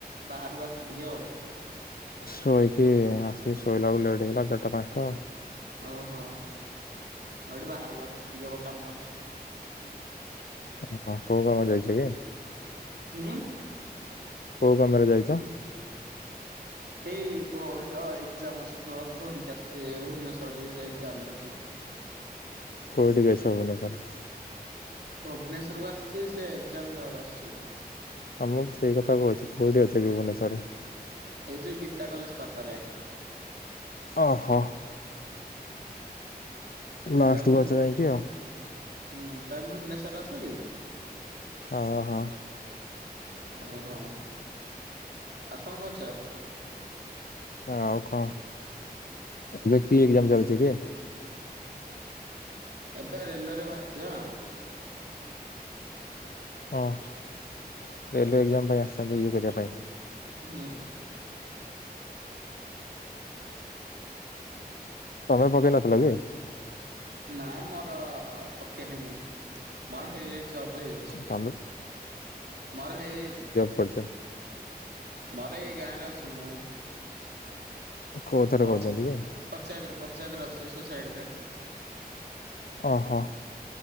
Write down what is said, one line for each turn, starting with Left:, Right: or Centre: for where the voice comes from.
Right: ବାହାରକୁ ଆସଚି ଟିକେ ଆଉ।
Left: ଶୋଇକି ଆସିକି ଶୋଇଲା ଏଳକୁ ଲେଟ୍ ହେଇଗଲା ଚାରିଟା ପାଞ୍ଚଟା।
Right: ଓହୋ ମୁଁ ଏଠି ବାହାରକୁ ଆସଚି ଟିକେ ବ କାମ ଅଛି।
Left: <inaudible> ଓହୋ କୋଉ କାମରେ ଯାଇଛ କି?
Right: ଉଁ?
Left: କୋଉ କାମରେ ଯାଇଚ?
Right: ହେଇ ଭୋଉଣୀର ଏଗଜାମ ଅଛି ତ ତାକୁ ଧରିକି ଆସି ଭୁବନେଶ୍ୱର ଟିକେ ସେ ଏଗଜାମ ଦୋଉଚି।
Left: କୋଉଠି କି ଅସଛ ଭୁବନେଶ୍ୱର?
Right: ଭୁବନେଶ୍ୱରକୁ ଆସଚି ସେ ଏଗଜାମ ଦବାକୁ ଆସଚି।
Left: ତମକୁ ସେଇ କଥା କୋହୁଚି କୋଉଠି ଅଛ କି ଭୁବନନେଶ୍ୱରରେ?
Right: ଏଇ ଯୋଉ ଗୀତା କଲେଜ ପାଖରେ।
Left: ଓହୋ। ଲାଷ୍ଟକୁ
Right: ତମେ ଭୁ
Left: ଅଛ ଯାଇଁକି ଆଉ।
Right: ହୁଁ ତମେ ଭୁବନେଶ୍ଵରରେ ଅଛ କି?
Left: ଅହଁ।
Right: ଓହୋ ଆଉ କଣ କରୁଚ?
Left: ଆଉ କଣ ଏବେ କି ଏଗଜାମ ଚାଲଚି କି?
Right: ଏବେ ରେଲୱେରେ ବାହାରଚି ପା।
Left: ଓ ରେଲୱେ ଏଗଜାମ ପାଇଁ ଆସଛନ୍ତି ଇଏ କରିବା ପାଇଁ।
Right: ଉହୁଁ।
Left: ତମେ ପକେଇ ନଥିଲ କି?
Right: ନାଇଁ ମୋର ପକେଇନି ମୁଁ ମୋର ହେଇଯାଇଚି ଜବ ହେଇଯାଇଚି।
Left: ତମ ବି
Right: ମର ହେଇଯାଇଚି।
Left: କରଚ
Right: ମୋର ଏଇ ଗା ରେ ଅଛି ମୁଁ।
Left: କେଉଥିରେ
Right: ପଞ୍ଚା
Left: କରୁଚନ୍ତି କି?
Right: ପଞ୍ଚାୟତରେ ପଞ୍ଚାୟତରେ ଅଛି ସୋସାଇଟିରେ।
Left: ଓହୋ।